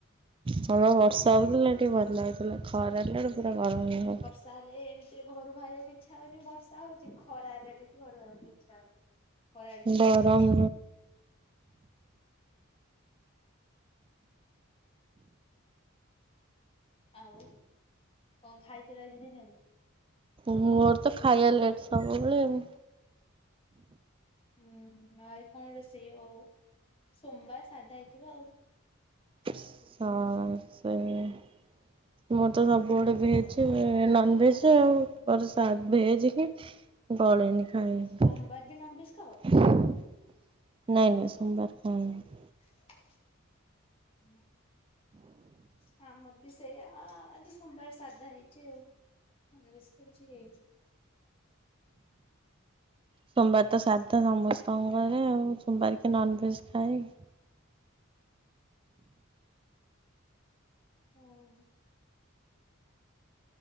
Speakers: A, on the right; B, on the left.
A: ଭଲ ବର୍ଷହଉଥିଲା ଟିକେ ଭଲଲାଗୁଥିଲା ଖରା ହେଲାବେଳକୁ ପୁରା ଗରମ ଲାଗୁଛି।
B: ତାହେଲେ ଏମତିରେ ଘରୁ ବାହାରିବାକୁ ଇଚ୍ଛା ହଉନି ବର୍ଷା ହଉଛି ଖରା ହେଲେ ଟିକେ ଘରୁ ବାହାରିବାକୁ ଇଚ୍ଛା ହଉନି। ଖରା <unintelligible>
A: ଗରମ
B: କାଟୁଛି। ଆଉ କଣ ଖାଇଥିଲ ଆଜି ଦିନରେ?
A: ମୋର ତ ଖାଇବା ଲେଟ ସବୁବେଳେ ଆଉ।
B: ହୁଁ ହୁଁ ଆଉ କଣ ରୋଷେଇ ଅଉ ସୋମବାର ସାଧା ହେଇଥିବ ଆଉ।
A: ହଁ ସେଇଆ। ମୋର ତ ସବୁବେଳେ ଭେଜ ନନଭେଜ ଆଉ ମୋର ସା ଭେଜ ହିଁ। ଗଳେନି। ଖଇବା
B: ସୋମବାର ବି ନନଭେଜ ଖାଅ?
A: ନାଇଁ ନାଇଁ ସୋମବାର ଖାଏନି।
B: ହୁଁ। ହ ଆମର ବି ସେଇଆ ଆଜି ସୋମବାର ସାଧା ହେଇଛି ଆଉ ଆଉ ବେଶି କିଛିତ ହେଇନି।
A: ସୋମବାର ତ ସାଧା ସମସ୍ତଙ୍କ ଘରେ ଆଉ ସୋମବାରେ କିଏ ନନଭେଜ ଖାଏକି?
B: <unintelligible>